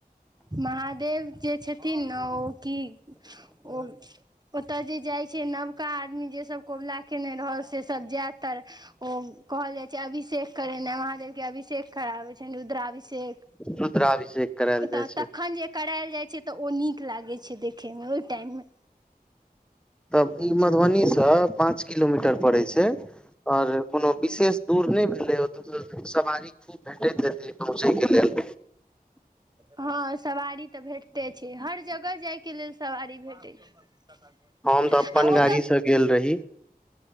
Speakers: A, on the right; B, in the centre.
A: महादेव जे छथिन ने ओ की ओ ओतअ जे जाइ छै नबका आदमी जे सब कबुला केने रहल से सब जे तर ओ कहल जाय छै अभिषेक करेनाय वहाँ जा के अभिषेक कराबे छै रुद्राभिषेक
B: रुद्राभिषेक करायल
A: ओतअ
B: जाइ छै
A: तखन जे करैल जाइ छै त ओ नीक लागै छै देखैय मे ओय टाइम मे
B: तब ई मधुबनीसँ पाँच किलोमीटर पड़ैत छै आओर कोनो। विशेष दूर नहि भेलै ओतय सँ सवारी खूब भेटैत जेतै पहुँचै के लेल।
A: हँ सवारी त भेटते छै हर जगह जाय के लेल सवारी भेटै छै
B: हम तऽ अपन
A: आ ओ
B: गाड़ी
A: त
B: से गेल रही